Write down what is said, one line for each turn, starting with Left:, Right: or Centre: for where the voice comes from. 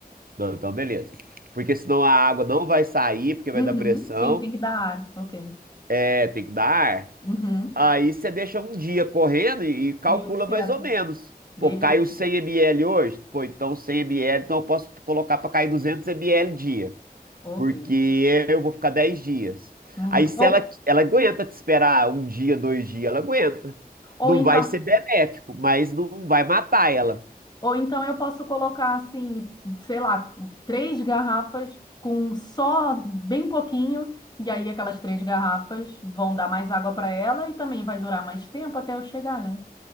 Right: Não, então beleza. Porque senão a água não vai sair, porque vai
Left: uhum,
Right: dar pressão.
Left: sim, tem que dar ar. Ok.
Right: É, tem que dar ar.
Left: Uhum.
Right: Aí você deixa um dia correndo e, e calcula
Left: E observa.
Right: mais ou menos.
Left: Beleza.
Right: Pô, caiu 100 ml hoje? Pô, então 100 ml, então eu posso colocar para cair 200 ml dia,
Left: Ok.
Right: porque eu vou ficar 10 dias.
Left: Uhum.
Right: Aí se
Left: Ou,
Right: ela, ela aguenta te esperar um dia, dois dias, ela aguenta.
Left: ou
Right: Não
Left: então,
Right: vai ser benéfico, mas não vai matar ela.
Left: ou então eu posso colocar assim, sei lá, três garrafas com só bem pouquinho, e aí aquelas três garrafas vão dar mais água para ela e também vai durar mais tempo até eu chegar, né?